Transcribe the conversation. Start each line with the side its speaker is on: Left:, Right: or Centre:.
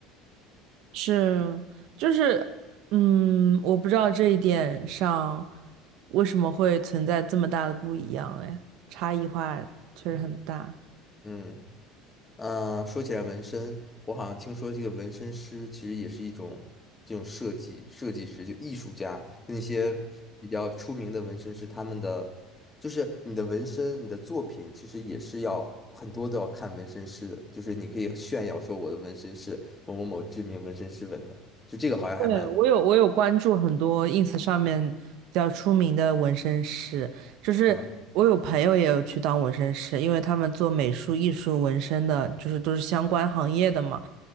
Right: 是，就是，嗯，我不知道这一点上为什么会存在这么大的不一样，哎，差异化确实很大。
Left: 嗯。嗯，呃说起来纹身，我好像听说这个纹身师其实也是一种这种设计设计师，就艺术家，那些比较出名的纹身师，他们的就是你的纹身，你的作品其实也是要很多都要看纹身师的，就是你可以炫耀说我的纹身是某某某知名纹身师纹的，就这个好像还蛮
Right: 对，我有我有关注很多 ins 上面比较出名的纹身师，就是我有朋友也有去当纹身师，
Left: 嗯。
Right: 因为他们做美术、艺术、纹身的，就是都是相关行业的嘛。